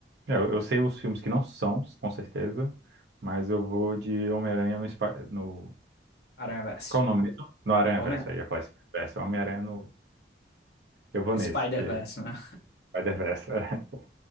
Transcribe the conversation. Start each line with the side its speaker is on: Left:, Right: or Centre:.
Right: É, eu, eu sei os filmes que não são, com certeza, mas eu vou de Homem-Aranha no, Spi- no.
Left: Aranha-Verso.
Right: Qual é o nome mesmo? No Aranha-Verso.
Left: Homem...
Right: Aí eu ia falar Spider-Verso. Homem-Aranha no. Eu vou
Left: Spider-Verso,
Right: nesse, porque
Left: né?
Right: Spider-Verso. <laughs>